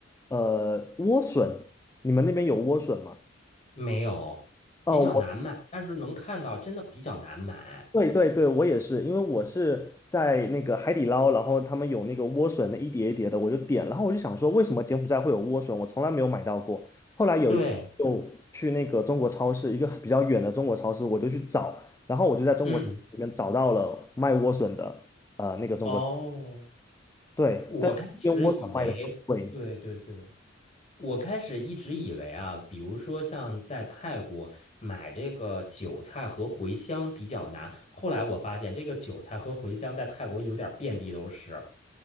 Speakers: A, on the left; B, on the left.
A: 呃，莴笋，你们那边有莴笋吗？
B: 没有，
A: 哦，
B: 比较难买，
A: 我。
B: 但是能看到真的比较难买。
A: 对对对，我也是，因为我是在那个海底捞，然后他们有那个莴笋的一碟一碟的，我就点，然后我就想说，为什么柬埔寨会有莴笋？我从来没有买到过。后来有一次就去那个中国超市，
B: 对，
A: 一个比较远的中国超市，我就去找，然后我就在中国超市里面找到了卖莴笋的，
B: 嗯，
A: 呃，那个中国，
B: 哦。
A: 对，
B: 我开始以为，
A: 但是这边莴笋卖的很贵。
B: 对对对，我开始一直以为啊，比如说像在泰国买这个韭菜和茴香比较难，后来我发现这个韭菜和茴香在泰国有点儿遍地都是。